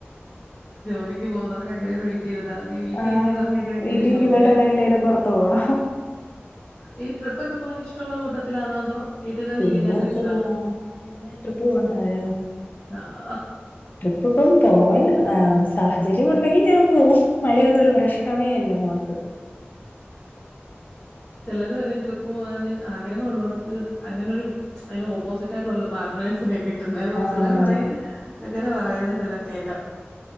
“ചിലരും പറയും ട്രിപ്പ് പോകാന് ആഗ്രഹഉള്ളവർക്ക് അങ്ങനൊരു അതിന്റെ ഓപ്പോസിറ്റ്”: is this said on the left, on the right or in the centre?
Left